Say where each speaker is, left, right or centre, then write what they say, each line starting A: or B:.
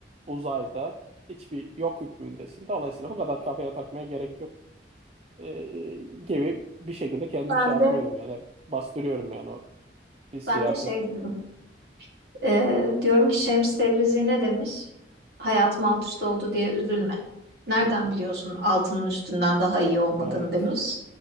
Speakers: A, on the right; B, on the right.
A: uzayda hiçbir yok hükmündesin. Dolayısıyla bu kadar kafaya takmaya gerek yok ee, gibi bir şekilde kendimi
B: Ben
A: şey yapıyorum
B: de
A: yani hep bastırıyorum yani o hissiyatı.
B: ben de şey diyorum. Ee, diyorum ki Şems Tebrizi ne demiş? Hayatım alt üst oldu diye üzülme. Nereden
A: Hı hı.
B: biliyorsun altının üstünden daha iyi olmadığını
A: Evet.
B: demiş.